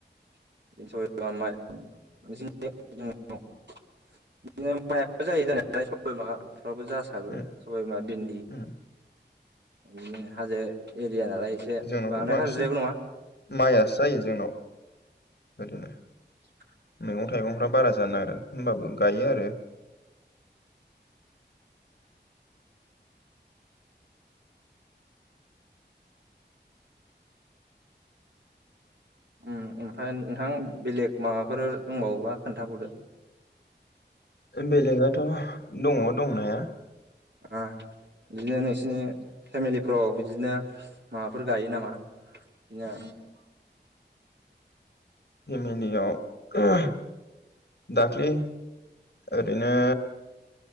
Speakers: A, on the right (about 70°); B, on the left (about 65°).
A: <unintelligible> <unintelligible> आवबो जासाबो
B: उम
A: सबायबिमा बिन्दि
B: उम
A: ओम हाजो ए रिया नालाय एसे
B: जोंनावथ'
A: बांद्राय
B: बांसिन
A: हाजिद्रायबो नङा
B: माइआसो जायो जोंनाव ओरैनो
A: <inaudible>
B: मैगं थाइगंफ्रा बारा जानो नारा होमबाबो गायो आरो
A: ओम ओमफाय नोंथां बेलेग माबाफोर दंबावोबा खोन्थाबावदो?
B: बेलेगाथ' दङ' दंनाया
A: आह बिदिनो नोंसिनि फेमिलिफ्राव बिदिनो माबाफोर गायो नामा बिनो
B: <inaudible> फेमिलायाव दाख्लि ओरैनो